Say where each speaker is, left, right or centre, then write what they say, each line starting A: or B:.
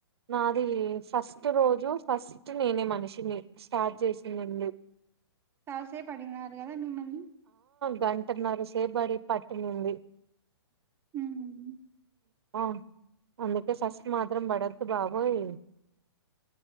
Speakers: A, on the right; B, on the right.
A: నాది ఫస్ట్ రోజు ఫస్ట్ నేనే మనిషిని స్టార్ట్ చేసిందిండి
B: చాలసేపు అడిగినారు గదా మిమ్మల్ని
A: గంటన్నరసేపు అడి పట్టినింది
B: ఉమ్,
A: అ అందుకే సస్ మాత్రం బడద్దు బాబోయ్